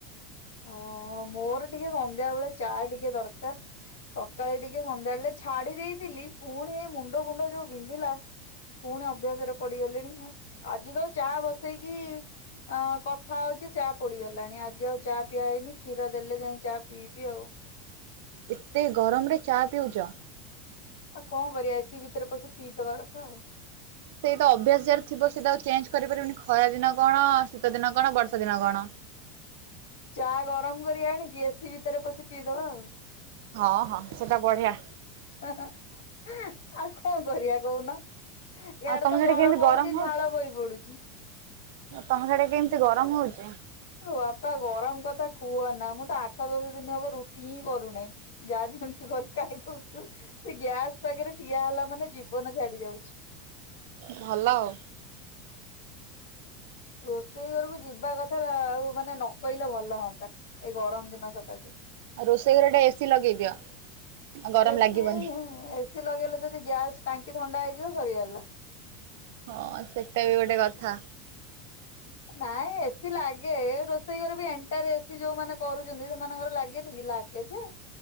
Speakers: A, on the left; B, on the right.
A: ଅ ମୋର ଟିକେ ସନ୍ଧ୍ୟା ବେଳେ ଚା ଟିକେ ଦରକାର। ସକାଳେ ଟିକେ ସନ୍ଧ୍ୟାବେଳେ ଛାଡି ଦେଇଥିଲି ପୁଣି ଏ ମୁଣ୍ଡ ଫୁଣ୍ଡ ଯୋଉ ବିନ୍ଧିଲା। ପୁଣି ଅଭ୍ୟାସରେ ପଡିଗଲିଣି ଆଜି ତ ଚା ବସେଇକି ଅ କଥା ହଉଛି ଚା ପୋଡିଗଲାଣି ଆଜି ଆଉ ଚା ପିଆଇନି କ୍ଷୀର ଦେଲେ ଯାଇ ଚାହା ପିଇବି ଆଉ
B: ଏତେ ଗରମରେ ଚା ପିଉଛ?
A: ଆଉ କଣ କରିଆ ଏ ସିି ଭିତରେ ପଶି ପିଇଦବା କଥା ଆଉ।
B: ସେଇ ତ ଅଭ୍ୟାସ ଯାହାର ଥିବ ସିଏ ତ ଆଉ ଚେଞ୍ଜ କରିପାରିବନି ଖରା ଦିନ କଣ ଶୀତ ଦିନ କଣ ବର୍ଷା ଦିନ କଣ
A: ଚା ଗରମ କରି ଆଣିଛି ଏ ସିି ଭିତରେ ପଶି ପିଇଦବା ଆଉ।
B: ହଁ ହଁ ସେଟା ବଢିଆ।
A: ଆଉ କଣ କରିବା କହୁନ? ଇଆଡେ
B: ଆଉ ତମ
A: ତ
B: ସେଠି
A: ଗରମ
B: କେମିତି
A: ହଉଚି
B: ହଉଛି
A: ଝାଳ ବୋହି ପଡୁଛି।
B: ତମ ସାଡେ କେମିତି ଗରମ ହଉଛି?
A: ବାପା ଗରମ କଥା କୁହନା ମୁଁ ତ ଆଠ ଦଶ ଦିନ ହବ ରୁଟି ହିଁ କରୁନାହିଁ। ଯାହା ଯେମିତି କରି ଖାଇଦଉଛୁ ସେ ଗ୍ୟାସ ପାଖରେ ଠିଆ ହେଲା ମାନେ ଜୀବନ ଛାଡି ଯାଉଛି।
B: ଭଲ ଆଉ।
A: ରୋଷେଇ ଘରକୁ ଯିବା କଥା ଆଉ ମାନେ ନକହିଲେ ଭଲ ହଅନ୍ତା। ଏଇ ଗରମ ଦିନ ସକାସେ।
B: ରୋଷେଇ ଘରେ ଗୋଟେ ଏସିି ଲଗେଇଦିଅ ଆଉ ଗରମ
A: ଏ
B: ଲାଗିବନି।
A: ସି ଏ ସି ଲଗେଇଲେ ଯଦି ଗ୍ୟାସ୍ ଟାଙ୍କି ଥଣ୍ଡା ହେଇଯିବ ସରିଗଲା।
B: ହଁ ସେଟା ବି ଗୋଟେ କଥା।
A: ନାଇଁ ଏ ସିି ଲାଗେ ରୋଷେଇ ଘରେ ବି ଏଣ୍ଟାୟାର ଏ ସି ଯୋଉମାନେ କରୁଛନ୍ତି ସେମାନଙ୍କର ଲାଗେନି କି ଲାଗ ଏଯେ